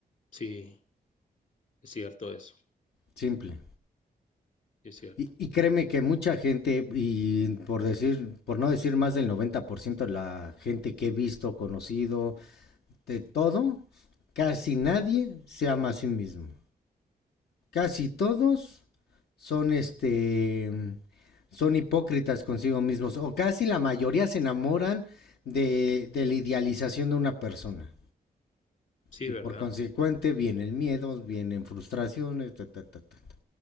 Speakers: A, on the left; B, on the left.
A: Sí, es cierto eso,
B: Simple.
A: es cierto.
B: Y, y créeme que mucha gente, y por decir, por no decir más del 90% de la gente que he visto, conocido, de todo, casi nadie se ama a sí mismo. casi todos son este son hipócritas consigo mismos o casi la mayoría se enamoran de, de la idealización de una persona
A: Sí,
B: y
A: ¿verdad?
B: por consecuente vienen miedos, vienen frustraciones, ta, ta, ta, ta, ta.